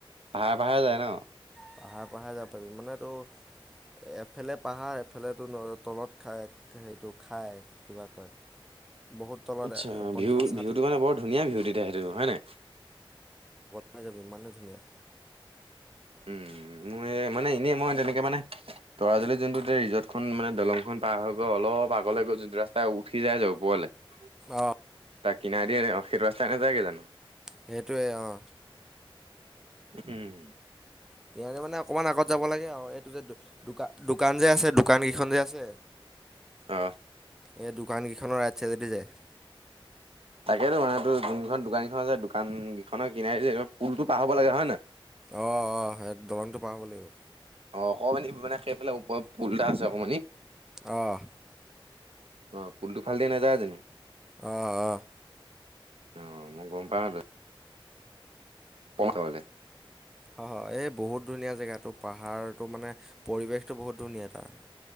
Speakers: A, on the right; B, in the centre.
A: পাহাৰে পাহাৰে যায় ন?
B: পাহাৰে পাহাৰে যাব পাৰিবি, মানে তোৰ এফালে পাহাৰ এফালে তল-তলত খায়, সেইটো খাই কিবা কয় বহুত তলত
A: আচ্ছা
B: এ, পঞ্চাশ
A: ভিউ ভিউটো
B: ষাঠি
A: মানে বৰ ধুনীয়া ভিউ তেতিয়া সেইটো, হয় নাই?
B: চাই যাবি ইমানেই ধুনীয়া।
A: উম, মোৰ এ মানে এনেই মই তেনেকে মানে তৰাজুলীত জোনটো ৰিজৰ্টখন মানে দলংখন পাৰ হৈ গৈ অলপ আগলৈ গৈ জোনটো ৰাস্তাই উঠি যাই যে ওপৰলে। তাৰ
B: অ
A: কিনাৰেদি অ', সেইটো ৰাস্তাই নেযায়গৈ জানোঁ?
B: সেইটোৱে অ'।
A: উম।
B: <unintelligible> মানে অকনমান আগত যাব লাগে আৰু, এইটো যে দো-দোকান যে আছে দোকান গিখন যে আছে।
A: অ'।
B: এই দোকান কেইখনৰ ৰাইড চাইডেদি যায়।
A: তাকেতো মানে তোৰ যোনখন দোকান কেইখন আছে দোকান দিখনৰ কিনাৰদি যে পুলটো পাৰ হব লাগে, হয় নয়?
B: অ অ সেই দলংটো পাৰ হব লাগিব।
A: অ', অকমানি মানে সেইফালে ওপৰে পুল এটা আছে অকমানি।
B: অ'।
A: অ', পুলটো ফালদি নাযায় জানোঁ?
B: অ', অ'।
A: অ', মই গম পাওঁ ত পওঁ থবলে
B: হ হ, এই বহুত ধুনীয়া জেগাটো পাহাৰটো মানে পৰিৱেশটো বহুত ধুনীয়া তাৰ।